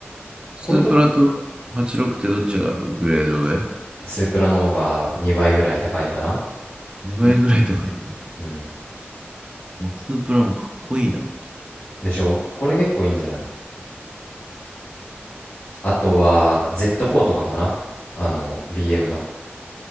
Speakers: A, on the right; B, on the left.
A: スープラと86ってどっちがグレード上
B: これとか、スープラの方が2倍ぐらい高いかな
A: ?2 倍ぐらい高いんだ。
B: に、うん。
A: もうスープラもかっこいいな。
B: でしょこれ結構いいんじゃないあとは Z4 とかかなあの BM の